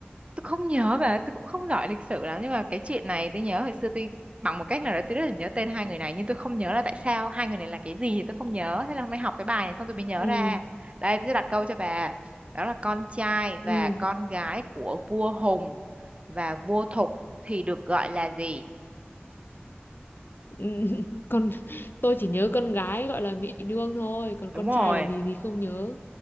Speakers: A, on the right; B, on the left.
A: tôi không nhớ bà tôi cũng không giỏi lịch sử lắm nhưng mà cái chuyện này tôi nhớ hồi xưa tôi bằng một cách nào đó tôi rất là nhớ tên hai người này nhưng tôi không nhớ là tại sao hai người này là cái gì thì tôi không nhớ thế là hôm nay học cái bài này xong tôi mới nhớ
B: <laughs> ừ
A: ra đây tôi sẽ đặt câu cho bà đó là con trai
B: ừ
A: và con gái của vua Hùng và vua Thục thì được gọi là gì
B: <laughs> Còn tôi chỉ nhớ con gái gọi là Mỹ Nương thôi, còn
A: đúng
B: con
A: rồi
B: trai là gì thì không nhớ.